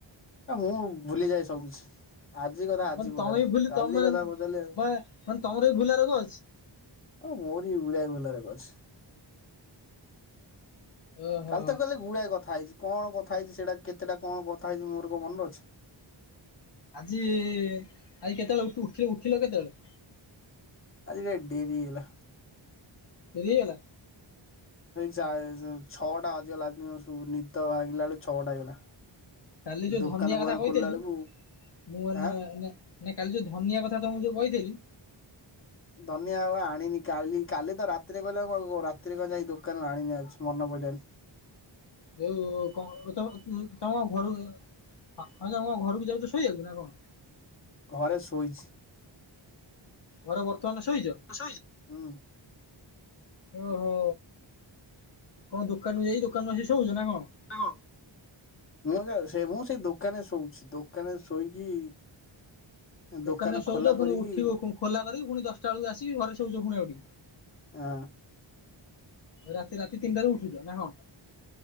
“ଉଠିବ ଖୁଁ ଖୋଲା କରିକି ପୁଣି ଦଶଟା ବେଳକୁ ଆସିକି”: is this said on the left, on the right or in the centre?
Left